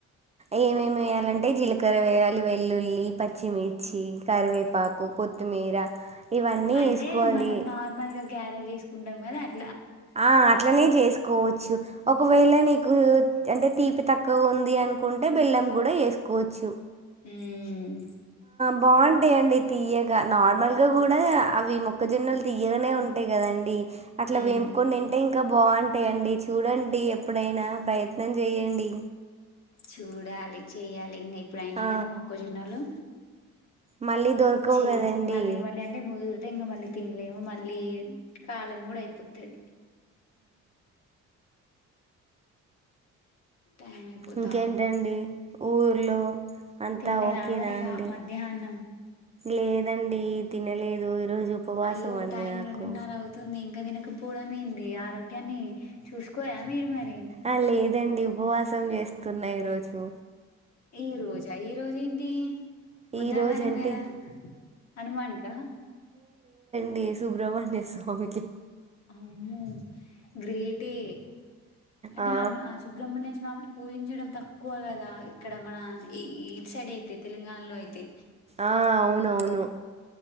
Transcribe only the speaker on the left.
అంటే
మనం నార్మల్ గా గ్యారల్ చేసుకుంటాం కదా అ
హ్మ్
ఉమ్
చూడాలి చేయాలి ఇంగ ఇప్పుడయినాయి
కదా మొక్కజొన్నలు
చేస్తాం
మళ్ళీ మళ్ళీ అంటే ముదురు అయితే మల్లికి తినలేము మళ్ళీ కాలం కూడా అయిపోతది టైం అయిపోతా
తిన్నరా
మరిగా
మధ్యాహ్నం
అయ్యో
టైం
రెండున్నర అవుతుంది ఇం ఇంకా తినకపోవడం ఏంది ఆరోగ్యాన్ని చూసుకోరా మీరు మరి
ఈ రోజా, ఈ రోజు ఏంటీ. మంగళవారం
గదా హనుమాన్కా.
అమ్మో గ్రేటే. అంటే
హను సుబ్రహ్మణ్య స్వామిని. పూజించడం తక్కువ గదా, ఇక్కడ మనా ఈ ఇటు సైడ్ అయితే తెలంగాణలో అయితే.